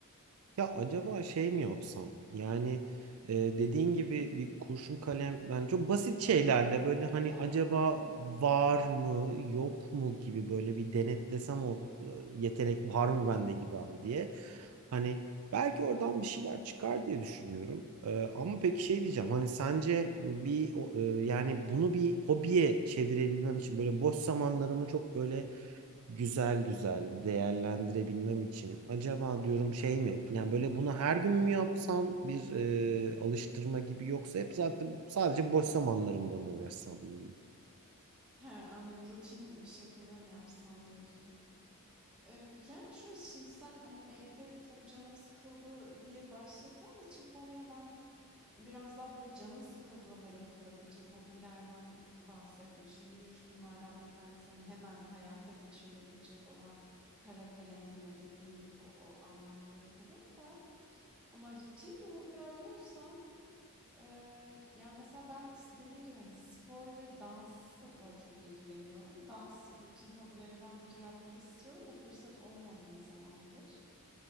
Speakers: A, on the right; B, in the centre.
A: Ya acaba şey mi yapsam? Yani e, dediğin gibi bir kurşun kalem yani çok basit şeylerle böyle hani
B: Ha
A: acaba
B: ha aynen.
A: var mı yok mu gibi böyle bir denetlesem o e, yetenek var mı bende gibi abi diye. Hani belki oradan bir şeyler çıkar diye düşünüyorum. E, ama peki şey diyeceğim hani sence bir o, e, yani bunu bir hobiye çevirebilmem için böyle boş zamanlarımı çok böyle güzel güzel değerlendirebilmem için acaba diyorum şey mi yani böyle bunu her gün mü yapsam bir e, alıştırma gibi yoksa hep zaten sadece boş zamanlarımda mı uğraşsam bununla?
B: He, anladım. Rutin bir şekilde mi yapsam diyorsun. Ee, yani şöyle şimdi sen hani evde çok canım sıkıldı diye başladığın için konuya ben biraz daha böyle canın sıkıldığında yapılabilecek hobilerden bahsettim. İşte yürüyüş bunlardan bir tanesi. Hani hemen hayata geçirilebilecek olan kara kalem yine dediğin gibi o anlarda yapılır da. Ama rutin bir hobi arıyorsan Eee, yani mesela ben s- dediğim gibi hani spor ve dansla çok ilgileniyorum. Dans rutin hobilerimden biri yapmak istiyorum da fırsat olmadı ne zamandır.